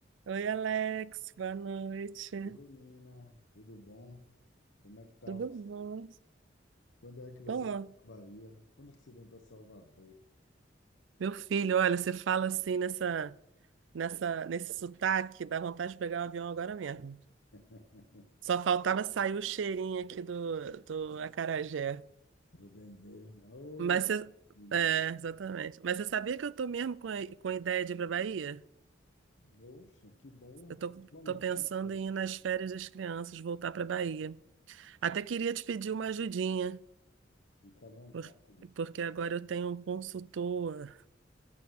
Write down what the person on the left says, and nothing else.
Oi, Nina, tudo bom? Como é que tá
você?
Quando é que você
está na Bahia? Quando é que você vem para Salvador,
<laughs>
do Dendê? Oh,
que
bom.
poxa, que bom.
Boa
notícia.
Fica à vontade.